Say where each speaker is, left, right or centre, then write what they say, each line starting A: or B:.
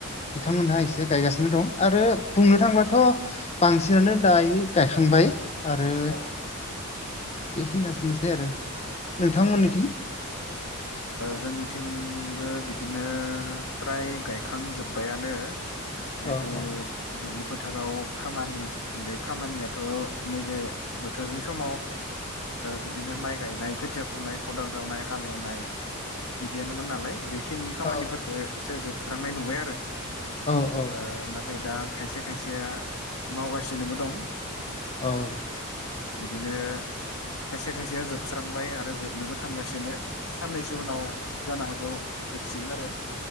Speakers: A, on the left; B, on the left.
A: बिथांमोनहा एसे गायगासिनो दं आरो बुंनो
B: औ
A: थांब्लाथ' बांसिनानो दायो गायखांबाय आरो।
B: औ
A: बेखियानोसै आरो नोंथांमोननिथिं
B: औ जोंनिथिंबो बिदिनो फ्राय गायखांजोब्बाइयानो जितु
A: औ औ
B: दुब्लि फोथाराव खामानि बे खामानियाथ' नैबे बोथोरनि समाव बिदिनो माइ गायनायखौ खोथिया फुनाय खदाल जावनाय हालेवनाय बिदियानोमोन नालाय बेखिनि खामानिफोरफोरखौ
A: औ
B: एसे जोबस्रांनाय नुबाय आरो ओ‌
A: औ औ
B: नों नाथाय दा खायसे खायसेया मावगासिनोबो दं।
A: औ
B: बिदिनो खायसे खायसेया जोबस्रांबाय आरो आरो जोबनोबो थांगासिनो साननैसो उनाव जानो हागौ जोबसिगोन आरो।